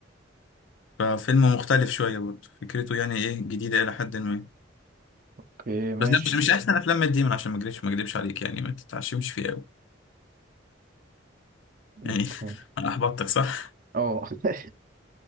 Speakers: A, on the left; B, on the right.
A: ففيلم مختلف شوية برضه فكرته يعني ايه جديدة إلى حد ما
B: اوكي ماشي
A: بس ده مش مش احسن افلام مات ديمون عشان ما اكذبش ما اكذبش عليك يعني ما تتعشمش فيه قوي
B: اوكي
A: يعني <laughs> انا احبطتك صح <laughs>
B: اه <laughs>